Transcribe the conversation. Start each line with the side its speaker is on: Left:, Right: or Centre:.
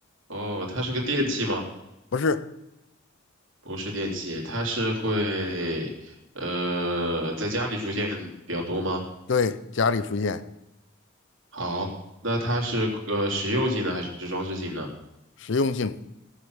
Right: 哦，它是个电器吗？
Left: 不是，
Right: 不是电器，它是会，呃，在家里出现比较多吗？
Left: 对，家里出现
Right: 好，那它是呃实用性的还是装饰性的？
Left: 实用性，